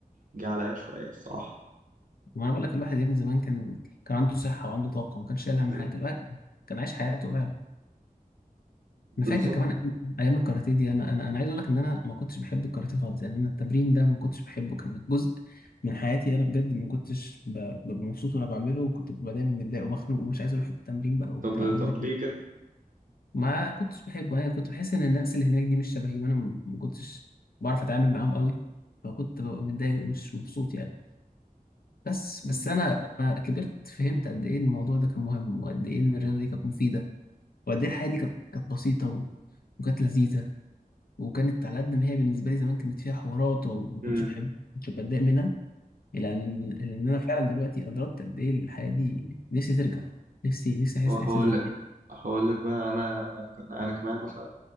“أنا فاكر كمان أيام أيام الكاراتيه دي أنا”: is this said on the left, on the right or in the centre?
Left